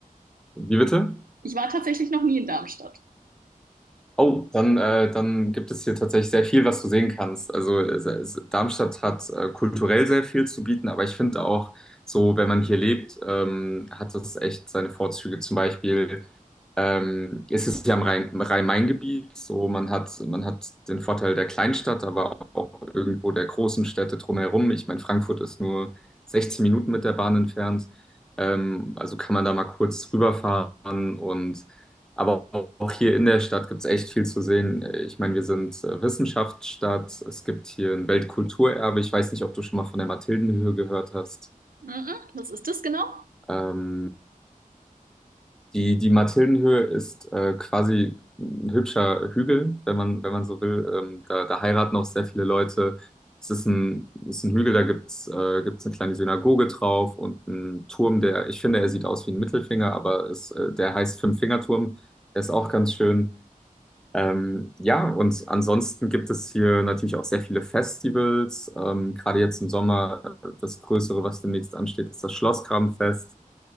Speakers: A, in the centre; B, on the right.
A: wie bitte?
B: Ich war tatsächlich noch nie in Darmstadt.
A: Oh, dann, äh, dann gibt es hier tatsächlich sehr viel, was du sehen kannst. Also es, es, Darmstadt hat äh, kulturell sehr viel zu bieten, aber ich finde auch so, wenn man hier lebt, ähm, hat es echt seine Vorzüge. Zum Beispiel Ähm, es ist ja im Rhein- Rhein-Main-Gebiet, so man hat, man hat den Vorteil der Kleinstadt, aber auch irgendwo der großen Städte drumherum. Ich meine, Frankfurt ist nur 16 Minuten mit der Bahn entfernt, ähm, also kann man da mal kurz rüberfahren und aber auch hier in der Stadt gibt es echt viel zu sehen. Ich meine, wir sind äh, Wissenschaftsstadt, es gibt hier ein Weltkulturerbe. Ich weiß nicht, ob du schon mal von der Mathildenhöhe gehört hast.
B: Mhm. Was ist das genau?
A: Ähm, Die, die Mathildenhöhe ist äh, quasi ein hübscher Hügel, wenn man, wenn man so will. Ähm, da, da heiraten auch sehr viele Leute. Es ist ein, es ist ein Hügel, da gibt's äh, gibt's eine kleine Synagoge drauf und einen Turm, der, ich finde, er sieht aus wie ein Mittelfinger, aber es, äh, der heißt Fünffingerturm. Der ist auch ganz schön. Ähm, ja, und ansonsten gibt es hier natürlich auch sehr viele Festivals. Ähm, gerade jetzt im Sommer, äh, das Größere, was demnächst ansteht, ist das Schlossgrabenfest.